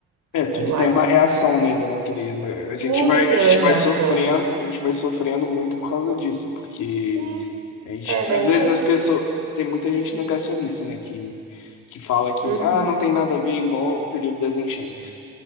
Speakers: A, on the left (about 85°); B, on the right (about 70°).
A: É, tudo
B: eu acho.
A: tem uma reação,
B: que
A: né, da natureza. A gente
B: Tudo
A: vai,
B: tem
A: a gente
B: uma
A: vai
B: reação.
A: sofrendo, a gente vai sofrendo muito por causa disso, porque
B: Sim,
A: a gente,
B: é verdade.
A: às vezes as pessoas, tem muita gente negacionista, né, que que fala que
B: Uhum.
A: ah, não tem nada a ver igual o período das enchentes.